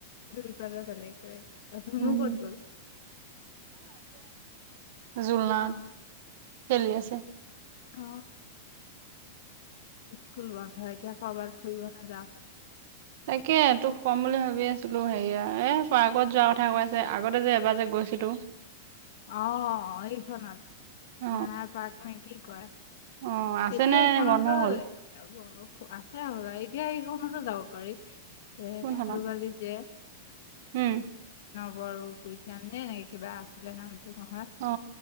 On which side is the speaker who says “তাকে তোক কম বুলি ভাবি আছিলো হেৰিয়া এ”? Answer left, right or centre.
Right